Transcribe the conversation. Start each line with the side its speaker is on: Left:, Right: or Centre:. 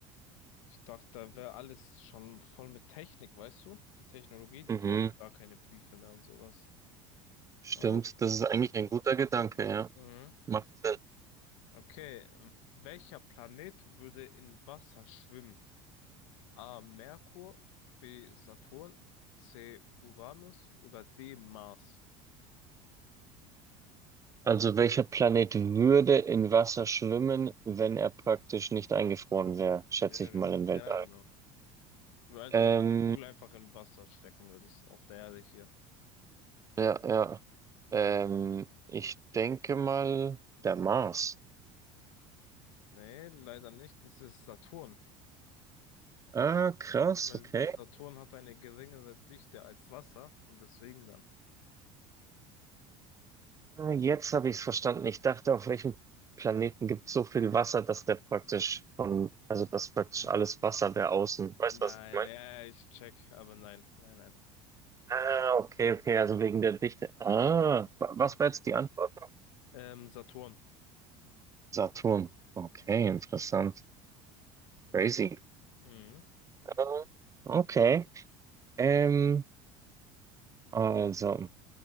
Left: Ich dachte, da wäre alles schon voll mit Technik, weißt du? So Technologie, die
Right: Mhm.
Left: brauchen gar keine Briefe mehr und sowas.
Right: Stimmt,
Left: Aber gut.
Right: das ist eigentlich ein guter Gedanke, ja.
Left: Mhm.
Right: Macht Sinn.
Left: Okay, welcher Planet würde in Wasser schwimmen? A. Merkur, B. Saturn, C. Uranus oder D. Mars?
Right: Also welcher Planet würde in Wasser schwimmen, wenn er praktisch nicht eingefroren wäre, schätze
Left: Ja, genau.
Right: ich mal im
Left: Ja,
Right: Weltall.
Left: genau. Also
Right: Ähm,
Left: wenn du die Kugel einfach in Wasser stecken würdest, auf der Erde hier.
Right: ja, ja. Ähm, ich denke mal der Mars.
Left: Nee, leider nicht. Das ist Saturn.
Right: Ah, krass,
Left: Ja, weil
Right: okay.
Left: Saturn hat eine geringere Dichte als Wasser und deswegen dann.
Right: Ah, Jetzt habe ich es verstanden. Ich dachte, auf welchem Planeten gibt es so viel Wasser, dass der praktisch von, also dass praktisch
Left: Ähm,
Right: alles Wasser wäre außen. Weißt
Left: nein,
Right: du, was ich meine?
Left: ja, ich check, aber nein, nein,
Right: Ah, okay, okay, also wegen der Dichte. Ah, wa-
Left: nein.
Right: was war jetzt die Antwort?
Left: Ähm, Saturn.
Right: Saturn. Okay, interessant. Crazy.
Left: Mhm.
Right: Ah, Okay. Ähm, also,